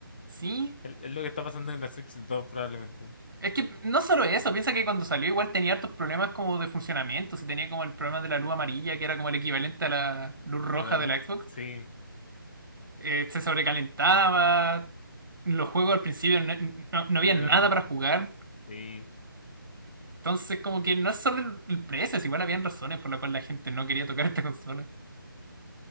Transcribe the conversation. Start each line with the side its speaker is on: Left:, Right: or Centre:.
Right: Sí.
Left: el es lo que está pasando en la Switch dos probablemente.
Right: Es que no solo eso, piensa que cuando salió igual tenía hartos problemas como de funcionamiento. Si tenía como el problema de la luz amarilla, que era como el equivalente a la luz roja
Left: A la luz,
Right: de la Xbox.
Left: sí.
Right: eh, se sobrecalentaba. Los juegos al principio no, no- no había
Left: Eran...
Right: nada para jugar.
Left: Sí.
Right: Entonces como que no es solo el el precio, es igual habían razones por las cuales la gente no quería tocar esta consola.